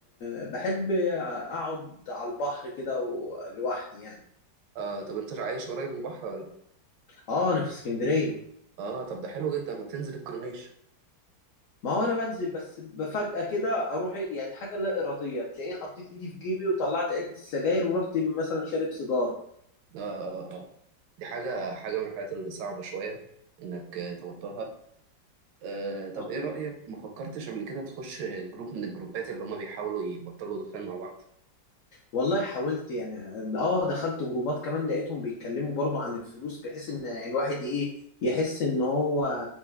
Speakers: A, on the left (about 65°); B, on the right (about 85°).
A: آه، بحب اقعد على البحر كده و- لوحدي يعني
B: آه طب انت عايش قريب من البحر ولا لا
A: اه انا في اسكندريه
B: اه طب ده حلو جدا ما تنزل الكورنيش
A: ما هو انا بنزل بس فجأة كده اروح إيه، يعني حاجة لا ارادية تلاقيني حطيت ايدي في جيبي وطلعت علبة السجاير ورحت مثلا شارب سيجارة
B: آه, آه, آه دي حاجة حاجة من الحاجات الصعبة شوية انك آه، توترها آه طب
A: آه.
B: ايه رأيك ما فكرتش قبل كده تخش جروب من الجروبات اللي هما بيحاولوا يبطلوا دخان مع بعض
A: والله حاولت يعني اه دخلت جروبات كمان لقيتهم بيتكلموا برضو عن الفلوس بحيث ان الواحد ايه يحس ان هو